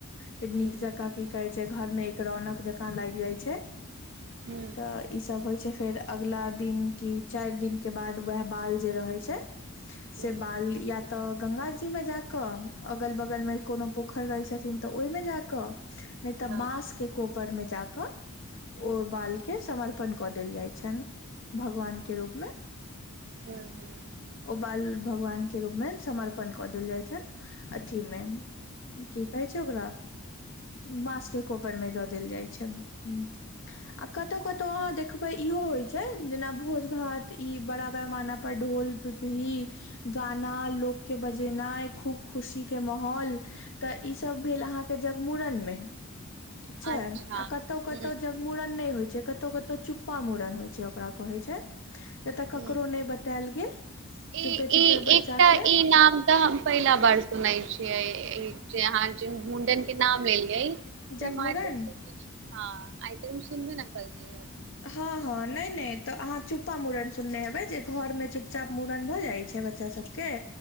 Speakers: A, on the left; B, on the right.
A: फेर
B: ह
A: नीक जकाँ की कहैइ छैइ घर में एक रौनक जकाँ लागि जाय छैइ
B: ह
A: तऽ ईसभ होइ छैइ फेर अगला दिन कि चारि दिन के बाद वैएह बाल जे रहैइ छैइ
B: ह
A: से बाल या तऽ गंगाजी मे जाकऽ अगल बगल में कोनो पोखरि रहै छथिन तऽ ओहिमे जाकऽ नै तऽ
B: ह
A: बाँस के कोपर में जाकऽ ओ बाल के समर्पण कऽ देल जाइछनि भगवान के रूप में
B: ह
A: ओ बाल भगवान के रूप में समर्पण कऽ देल जाइ छनि अथी में की कहैइ छैइ ओकरा बाँस के कोपर मे दऽ देल जाइ छैइ ऊं कतौ कतौ अहाँ देखबैइ इहो होय छैइ जेना भोज भात ई बड़ा पैमाना पर ढोल पी पीपीही गाना लोक के बजेनाइ खूब खुशी के माहौल तऽ ई ई सब भेल अहाँ के जगमूड़न में ठीक छैइ
B: अच्छा
A: आ कतौ कतौ
B: ह
A: जगमूड़न नई होय छैई जे कतौ कतौ चुप्पका मूड़न होय छैइ ओकरा कहैइ छैइ जतअ ककरो
B: ह
A: नई बतायल गेल
B: ई
A: चुपे चुपे
B: ई
A: बच्चा
B: एकटा
A: के
B: ई नाम तऽ हम पहिला बार सुनैइ छियै जे आहां जिन मुंडन के नाम लेलियै
A: जगमुरन
B: हां आइतक सुनबे नई केलियैइ
A: हँअ् हँअ् नई नई तऽ अहाँ चुप्पा मूड़न सुनने हेबै जे घर में चुपचाप मूड़न भऽ जाइ छैइ बच्चा सबके